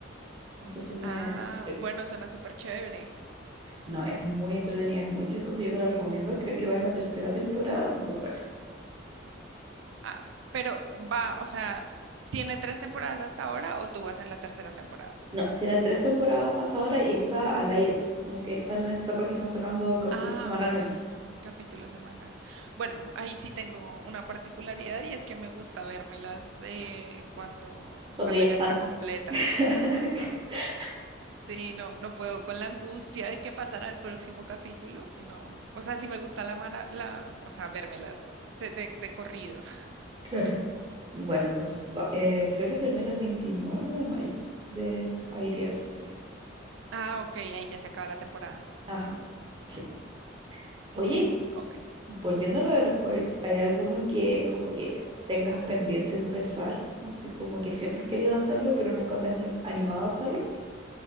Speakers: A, on the right (about 25°); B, on the right (about 70°).
A: No sé si me
B: Ah,
A: explico.
B: bueno, suena súper chévere.
A: No, es muy entretenida, es muy chistosa, yo te la recomiendo. Creo que va en la tercera temporada, muy buena.
B: Ah, pero va, o sea, ¿tiene tres temporadas hasta ahora o tú vas en la tercera temporada?
A: No, tiene tres temporadas hasta ahora y está al aire. Como que están en esa etapa que están sacando capítulos
B: Ah,
A: semanalmente,
B: ok. Capítulo semanal. Bueno, ahí sí tengo una particularidad y es que me gusta vérmelas eh, cuando,
A: cuando
B: cuando
A: ya
B: ya
A: están.
B: está completa.
A: <laughs>
B: Sí, no, no puedo con la angustia de que pasará el próximo capítulo. No. O sea, sí me gusta la mana, la, o sea, vérmelas de, de, de corrido. <laughs>
A: Claro. Bueno, entonces va- eh, creo que termina el 29 de mayo de airearse.
B: Ah,
A: Sí.
B: ok, ahí ya se acaba la temporada.
A: Ajá. Sí.
B: Mm,
A: Oye,
B: ok.
A: volviendo a lo de los hobbies, ¿hay alguno que como que tengas pendiente empezar? Así como que siempre has querido hacerlo, pero nunca te has ni- animado a hacerlo.